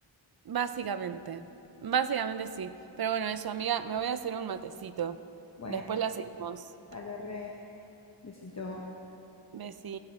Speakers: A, on the right (about 50°); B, on the left (about 35°).
A: Básicamente. Básicamente sí. Pero bueno, eso, amiga, me voy a hacer un matecito.
B: Bueno,
A: Después la seguimos.
B: dale re, besito.
A: Besí.